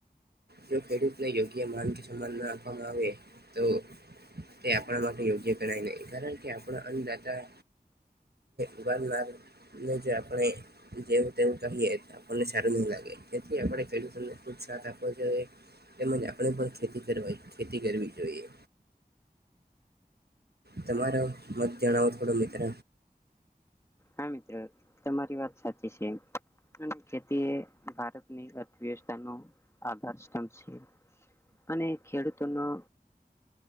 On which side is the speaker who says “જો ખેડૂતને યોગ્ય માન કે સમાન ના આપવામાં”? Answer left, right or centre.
Right